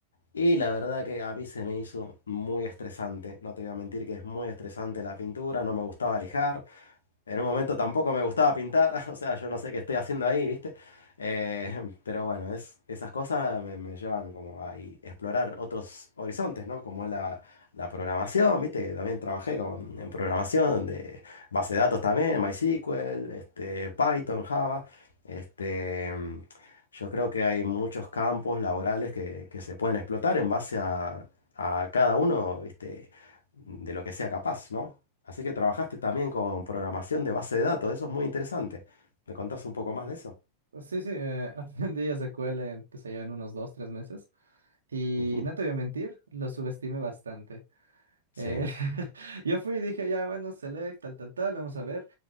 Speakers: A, on the left (about 70°); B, on the right (about 70°).
A: Y la verdad que a mí se me hizo muy estresante. No te voy a mentir que es muy estresante la pintura, no me gustaba lijar. En un momento tampoco me gustaba pintar, <laughs> o sea, yo no sé qué estoy haciendo ahí, ¿viste? Eh, pero bueno, es, esas cosas me, me llevan como a y explorar otros horizontes, ¿no? Como es la, la programación, ¿viste? Que también trabajé como en en programación de base de datos también, MySQL, este, Python, Java. Este, yo creo que hay muchos campos laborales que, que se pueden explotar en base a, a cada uno, ¿viste? De lo que sea capaz, ¿no? Así que trabajaste también con programación de base de datos, eso es muy interesante. ¿Me contás un poco más de eso?
B: Sí, sí, eh, <laughs> Open Day ya se cuele, en, qué sé yo, en unos dos, tres meses. Y
A: Ujú.
B: no te voy a mentir, lo subestimé bastante.
A: Sí,
B: Eh, <laughs> yo fui y dije, ya, bueno, select, tal, tal, tal, vamos a ver.